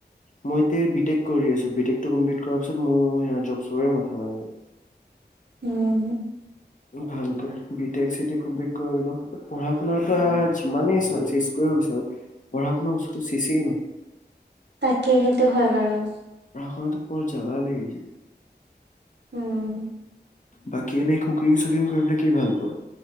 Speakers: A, on the left (about 45°); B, on the right (about 70°).
A: মই এতিয়া বি টেক কৰি আছো। বি টেক টো কমপ্লিট কৰা পিছত মইও সেয়া জব চবৰে মাথা মাৰিম আৰু
B: উম।
A: ভালকে B tech C tech complete কৰি লওঁ। পঢ়া-শুনাতো আৰু যিমানেই চেচ কৰিব বিচাৰো, পঢ়া-শুনা বস্তুটো চেছে নহয়।
B: তাকে সেইটো হয় বাৰু
A: ঘৰতো বৰ জালা লাগিছে।
B: উম।
A: বাকী এনেই কুকিং চুকিং কৰিবলে কি ভাল পোৱা?